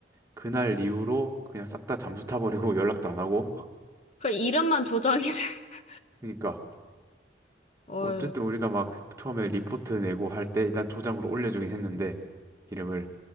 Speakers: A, on the right (about 15°); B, on the left (about 40°).
A: 그날 이후로 그냥 싹 다 잠수 타버리고 <laughs> 연락도 안 하고. <laughs>
B: 그 이름만 조장이래. <laughs>
A: 그러니까
B: 어휴,
A: 어쨌든 우리가 막 처음에 리포트 내고 할 때 일단 조장으로 올려주긴 했는데 이름을